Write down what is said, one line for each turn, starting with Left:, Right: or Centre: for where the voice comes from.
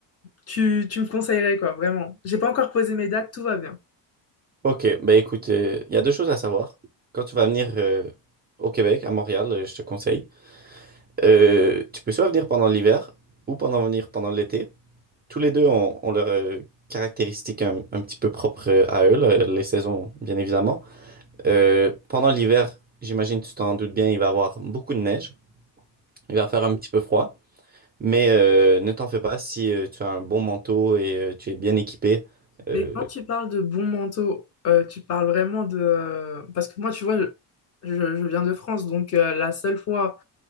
Left: tu, tu me conseillerais, quoi, vraiment. J'ai pas encore posé mes dates, tout va bien.
Right: Ok, ben écoute, euh, il y a deux choses à savoir. Quand tu vas venir euh, au Québec, à Montréal, euh, je te conseille. Euh, tu peux soit venir pendant l'hiver ou pendant venir pendant l'été. Tous les deux ont, ont leurs euh, caractéristiques un, un petit peu propres euh, à eux, là, les saisons, bien évidemment. Euh, pendant l'hiver, j'imagine, tu t'en doutes bien, il va avoir beaucoup de neige. Il va faire un petit peu froid. Mais euh, ne t'en fais pas si euh, tu as un bon manteau et euh, tu es bien équipé. euh,
Left: Mais quand tu parles de bons manteaux, euh, tu parles vraiment de... euh, Parce que moi, tu vois, je, je- je viens de France, donc euh, la seule fois,